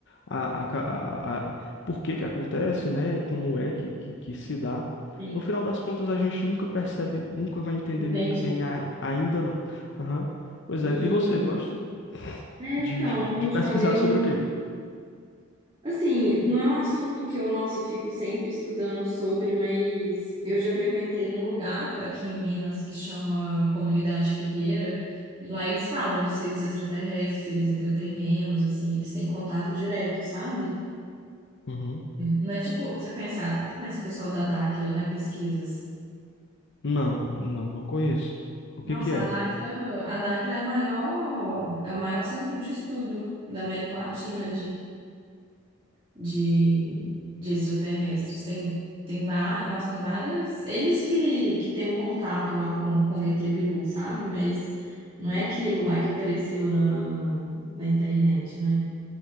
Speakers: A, on the left (about 60°); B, on the right (about 25°).
A: a, a, a, por que que acontece, né? E Como é que, que, que se dá.
B: sim,
A: No final das contas, a gente nunca percebe, nunca vai entender
B: entendi.
A: muito bem a- ainda não. Aham. Pois
B: E
A: é. E você gosta
B: é,
A: de,
B: então,
A: de, de
B: como eu te
A: pesquisar
B: falei, eu
A: sobre
B: não,
A: o quê?
B: Assim, não é um assunto que eu, nossa, eu fico sempre estudando sobre, mas eu já frequentei um lugar aqui em Minas que chama Comunidade Figueira, e lá eles falam dos seres extraterrestres, dos seres intraterrenos, assim, eles têm contato direto, sabe?
A: Uhum.
B: Não é tipo, você conhece, a- você conhece o pessoal da Dáquila, né, pesquisas?
A: Não, não, não conheço. O
B: Nossa,
A: que que é?
B: a Dáquila, a Dáquila é a maior, é o maior centro de estudo da América Latina de, de extraterrestres. Tem, tem, va- nossa, tem várias. Eles que, que têm o contato lá com, com o ET Bilu, sabe? Mas não é aquilo lá que apareceu na, na, na internet, né?